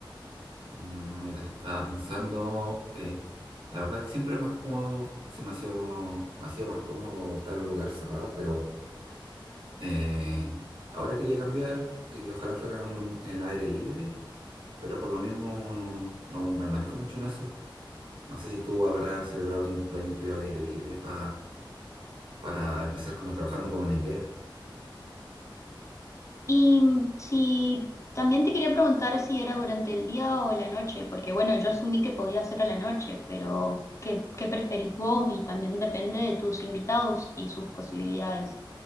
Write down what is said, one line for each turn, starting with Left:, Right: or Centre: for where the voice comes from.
Right: Mm, Mira, estaba pensando, eh, la verdad que siempre es más cómodo, se me ha sido, me ha sido más cómodo estar en un lugar cerrado, pero eh, ahora quería cambiar y ojalá fuera un- en el aire libre, pero por lo mismo no, no me manejo mucho en eso. No sé si tú habrás celebrado algún cumpleaños tuyo al aire libre pa- para empezar como trabajando con una idea.
Left: Y si también te quería preguntar si era durante el día o la noche, porque bueno, yo asumí que podía ser a la noche, pero ¿qué, qué preferís vos? Y también depende de tus invitados y sus posibilidades.